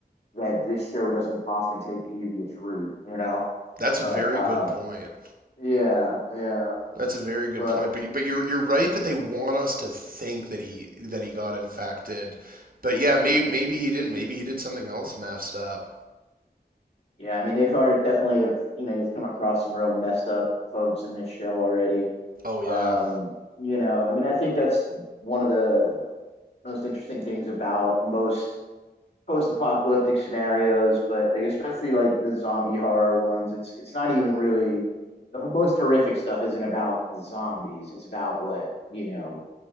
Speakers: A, on the left; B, on the right.
A: that this show doesn't often take the easiest route, you know?
B: That's
A: But
B: a very
A: uh,
B: good point.
A: yeah, yeah.
B: That's a very good
A: But
B: point. But but you're you're right that they want us to think that he that he got infected. But yeah, maybe maybe he didn't. Maybe he did something else messed up.
A: Yeah, I mean they've already definitely have you know you've come across some real messed up folks in this show already.
B: Oh yeah.
A: Um, you know, I mean I think that's one of the most interesting things about most post-apocalyptic scenarios, but like especially like the zombie horror ones, it's it's not even really the most horrific stuff isn't about the zombies. It's about what, you know,